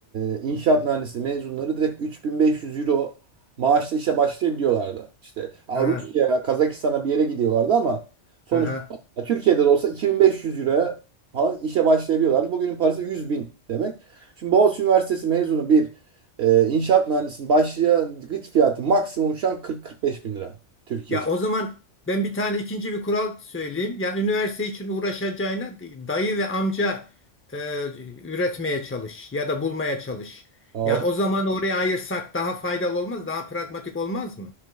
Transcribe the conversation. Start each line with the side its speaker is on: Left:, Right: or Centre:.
Right: e, inşaat mühendisliği mezunları direkt 3500 euro maaşla işe başlayabiliyorlardı. İşte ha,
Left: Ha,
Right: Rusya'ya, Kazakistan'a bir yere gidiyorlardı ama sonuçta
Left: aha.
Right: ya Türkiye'de de olsa 2500 euroya falan işe başlayabiliyorlardı. Bugünün parası 100 bin demek. Şimdi Boğaziçi Üniversitesi mezunu bir e, inşaat mühendisinin başlangıç fiyatı maksimum şu an 40-45 bin lira Türkiye.
Left: Ya
Right: için.
Left: o zaman ben bir tane ikinci bir kural söyleyeyim. Yani üniversite için uğraşacağına dayı ve amca e, üretmeye çalış ya da bulmaya çalış.
Right: <laughs>
Left: Yani o zaman oraya ayırsak daha faydalı olmaz, daha pragmatik olmaz mı?